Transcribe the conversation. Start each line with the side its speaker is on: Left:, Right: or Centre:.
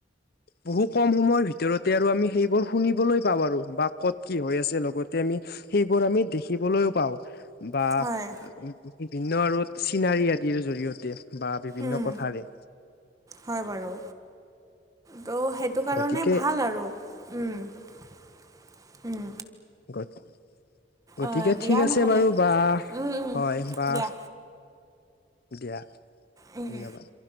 Left: বহু কম সময়ৰ ভিতৰতে আৰু আমি সেইবোৰ শুনিবলৈ পাওঁ, আৰু বা ক'ত কি হৈ আছে লগতে আমি সেইবোৰ আমি দেখিবলৈও পাওঁ। বা,
Right: হয়
Left: বিভিন্ন আৰু চিনাৰী আদিৰ জৰিয়তে, বা বিভিন্ন
Right: উম
Left: কথাৰে।
Right: হয় বাৰু। ত' সেইটো কাৰণে
Left: গতিকে
Right: ভাল আৰু উম উম,
Left: গত-গতিকে
Right: অ দিয়া
Left: ঠিক আছে
Right: নহ'লে
Left: বাৰু বা,
Right: উম উম
Left: হয় বা।
Right: দিয়া
Left: দিয়া,
Right: উম উম।
Left: ধন্যবাদ।